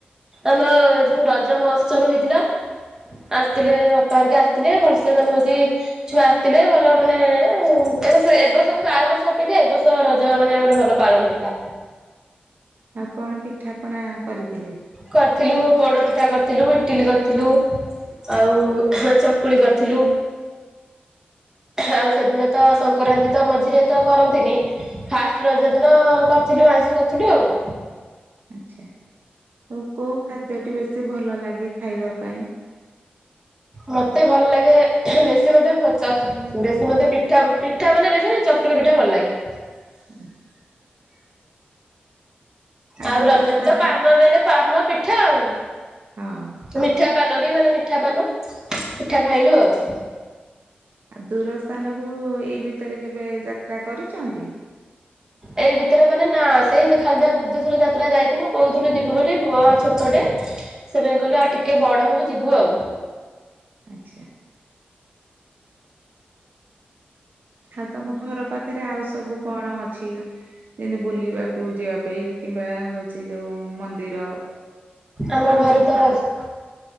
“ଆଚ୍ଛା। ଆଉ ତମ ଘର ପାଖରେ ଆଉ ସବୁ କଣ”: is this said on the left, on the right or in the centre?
Right